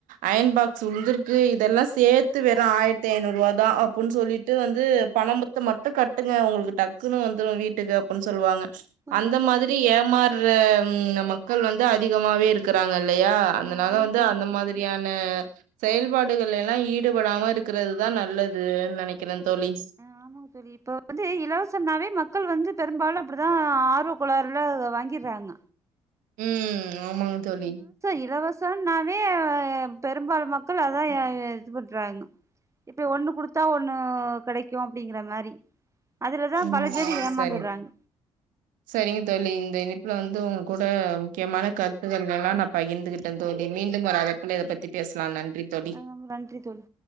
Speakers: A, on the right; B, on the right.
A: அயன் பாக்ஸ் உழுந்திருக்கு இதெல்லா சேத்து வெறு ஆயிரத்தி ஐநூறு ரூபா தா அப்டின் சொல்லிட்டு வந்து பணம் பணத்த மட்டு கட்டுங்க உங்களுக்கு டக்குனு வந்துரு வீட்டுக்கு அப்புன் சொல்லுவாங்க
B: ஆ
A: அந்த
B: ஆமாங்க
A: மாதிரி ஏமா ர ம் நம் மக்கள் வந்து அதிகமாவே இருக் இருக்கறாங்க இல்லையா அதனால
B: ஆ ஆமாங்க
A: வந்து
B: தோழி
A: அந்த மாதிரியான செயல்பாடுகள் எல்லாம் ஈடுபடாம இருக்கிறதுதா நல்லதுன்னு நெனைக்கிறே தோழி
B: ஆ இப்ப வந்து இலவாசன்னாவே மக்கள் வந்து பெரும்பாலும் அப்படிதான் ஆருவக் கோளார்ல வாங்கிடுறாங்க
A: ம் ஆமாங்க தோழி
B: இலவசனாலே பெரும்பாலு மக்கள் அதான் இது பண்றாங்க இப்ப ஒண்ணு குடுத்தா ஒண்ணு கிடைக்கும் அப்படிங்கிற மாதிரி அதுலதான்
A: ம்
B: பல பேர் ஏமாந்துடுறாங்க
A: சரிங்க சரிங்க தோழி இந்த இணைப்புல வந்து உங்க கூட முக்கியமான கருத்துக்களெல்லா நா பகிர்ந்துகிட்டே தோழி மீண்டும் ஒரு இதை பத்தி பேசலா நன்றி தோழி
B: ஆ நன்றி தோழி